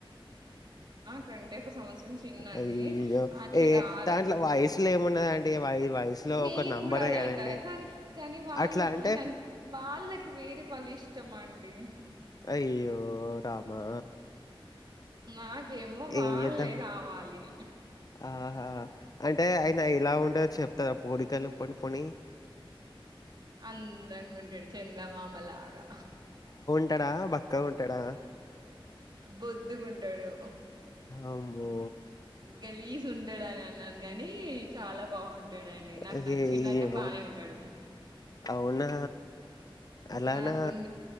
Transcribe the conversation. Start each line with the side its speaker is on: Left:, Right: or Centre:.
Right: కంటే ఒక సంవత్సరం చిన్నండి
Left: అయ్యో!
Right: అట్లా
Left: ఏ
Right: కాదండి
Left: దాంట్లో వయసులో ఏమున్నదండి? వయ వయసులో
Right: నేన్
Left: ఒక నంబరే
Right: కూడా అదే
Left: కదండీ.
Right: అంట కానీ కానీ వాళ్ళకి
Left: అట్లా అంటే
Right: న వాళ్ళకి వేరే వాళ్ళ ఇష్టం అండి
Left: అయ్యో ఓ రామా
Right: నాకేమో వాళ్లే
Left: ఏం చేద్దామండి?
Right: కావాలి
Left: ఆహా అంటే అయన ఇలా ఉండొచెప్పు పోడికలు పొడి పోని
Right: అందంగా ఉంటాడు చందమామ లాగా
Left: అంటాడా బక్కగా ఉంటాడా
Right: బొద్దుగుంటాడు
Left: అబ్బో
Right: గలీసి ఉంటాడుని అన్నాను గాని చాలా బాగుంటా ఉంటాడండి నాకు
Left: అయ్యయ్యో!
Right: నచ్చింది అంటే బానే ఉంటాడు
Left: అవునా అలానా?
Right: నా గున్